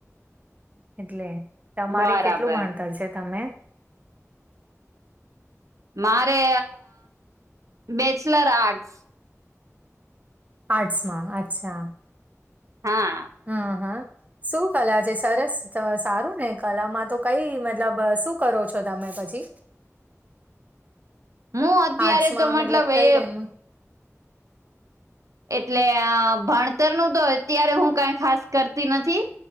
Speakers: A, on the right; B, on the right.
A: એટલે તમારે
B: બરાબર
A: કેટલું ભણતર છે તમે
B: મારે બેચલર આર્ટસ
A: આર્ટસમાં અચ્છા
B: હા
A: હા હા શું કલા છે સરસ ને કલામાં તો મતલબ શું કરો છો તમે પછી
B: હું અત્યારે
A: આર્ટસમાં
B: તો મતલબ એ
A: કઈ લાઈનમાં
B: એટલે ભણતર નું તો અત્યારે હું કઈ ખાસ કરતી નથી